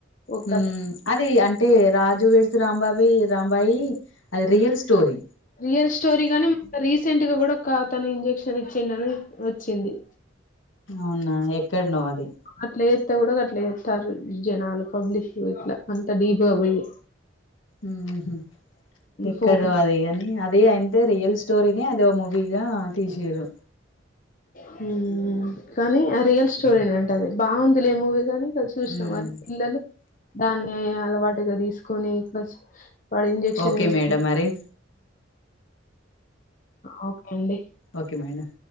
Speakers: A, on the left; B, on the left.
A: ఒక
B: హ్మ్ అది అంటే రాజ్ రాజు వెడ్స్ రాంబాబి రాంబాయి అది రియల్ స్టోరి.
A: రియల్ స్టోరీ గాని రీసెంట్ గా కూడా ఒక అతను ఇంజెక్షన్ ఇ చ్చిండని వచ్చింది.
B: అవునా ఎక్కడనో అది
A: అట్లా చెత్తె కూడా గట్లా చె తర్ జనాలు పబ్లిక్ ఇట్లా అంత డీప్ గా పోయి.
B: హుహ్ ఎక్కడ్దో
A: ఫోన్
B: అది కాని అది అయితే రియల్ స్టోరీని అదొ మూవీగా తీసిర్రు.
A: హ్ కానీ ఆ రియల్ స్టోరీనే అంట అది బావుంది. లె మూవీ కానీ చూసినావా
B: ఉమ్
A: అది పిల్లలు దాన్నే అలవాటుగా తీసుకొని ఇట్ల వాడు ఇంజెక్షన్
B: ఓకే
A: ఏసి
B: మేడం మరి
A: ఆ ఓకే అండి.
B: Okay madam